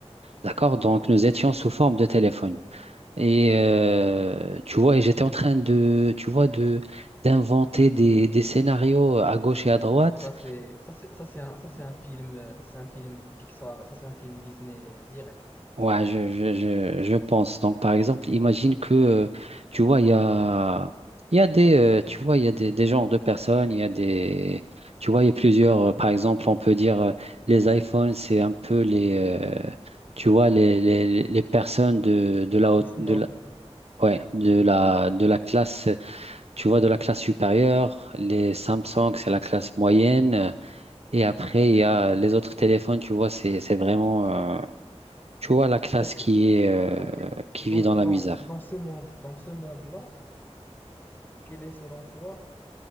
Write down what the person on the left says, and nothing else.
Wow.
Ça c'est, ça c'est, ça c'est un, ça c'est un film, euh, ça c'est un film Pixar, ça c'est un film Disney direct.
Hmm.
Les snobs.
Hmm.
Ok.
Ok.
Ok.
Dans,
dans,
dans ce monde, dans ce monde-là, quelle est selon toi